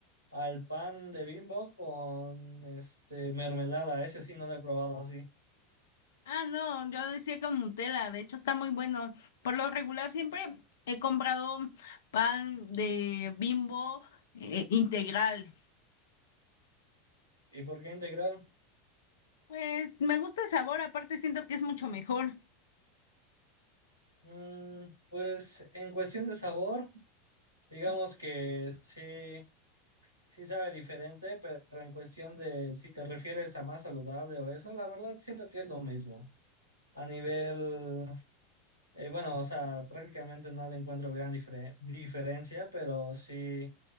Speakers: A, on the right; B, on the left.
A: al pan de Bimbo con este mermelada, ese sí no lo he probado así.
B: Ah, no, yo decía con Nutella, de hecho está muy bueno. Por lo regular siempre he comprado pan de Bimbo eh, integral.
A: ¿Y por qué integral?
B: Pues me gusta el sabor, aparte siento que es mucho mejor.
A: Mm, pues en cuestión de sabor, digamos que sí, sí sabe diferente, pero en cuestión de si te refieres a más saludable o eso, la verdad siento que es lo mismo. A nivel Eh, bueno, o sea, prácticamente no le encuentro gran difere- diferencia, pero sí,